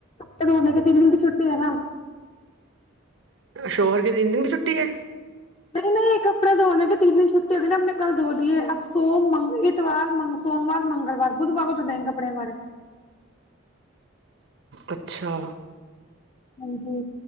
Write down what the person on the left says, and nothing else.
س منے کے تین دن کی چھٹی ہے نا
نہیں نہیں کپڑے دھونے کے تین دن چھٹی ہوگی نا ہم نے کل دھو لیے اب س اتوار سوموار منگلوار بدھوار کو دھو دیں گے کپڑے ہمارے
ہاں جی